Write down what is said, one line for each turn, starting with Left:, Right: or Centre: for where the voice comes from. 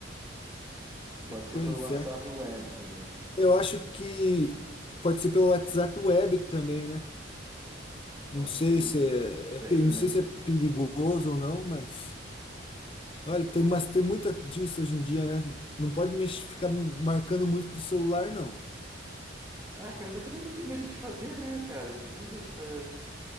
Right: Mas pode ser
Left: Pois
Right: pelo WhatsApp
Left: é.
Right: web também.
Left: Eu acho que pode ser pelo WhatsApp Web também, né?
Right: Pode
Left: Não sei
Right: ser.
Left: se
Right: Isso
Left: é, é pe-
Right: aí também.
Left: não sei se é perigoso ou não, mas Olha,
Right: Eu
Left: tem,
Right: vou.
Left: mas tem muita disso hoje em dia, né? Não pode mexer, ficar marcando muito com o celular, não.
Right: Ah, cara, mas também não tem muito o que fazer, né, cara? A gente usa, a gente tá.